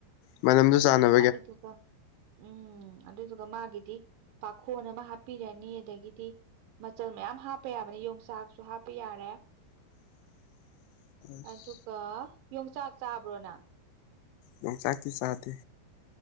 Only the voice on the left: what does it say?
ꯃꯅꯝꯗꯨ ꯆꯥꯟꯅ
<inaudible> ꯑꯁ
ꯌꯣꯡꯆꯥꯛꯇꯤ ꯆꯥꯗꯦ